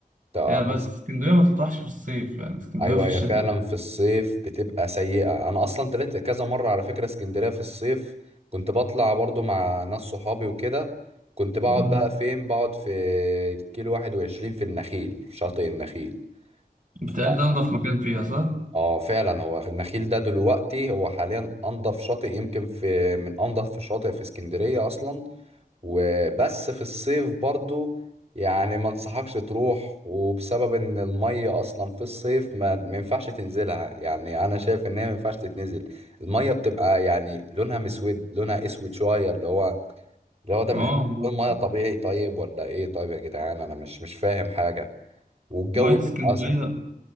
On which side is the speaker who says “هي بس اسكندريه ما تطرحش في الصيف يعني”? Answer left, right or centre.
Right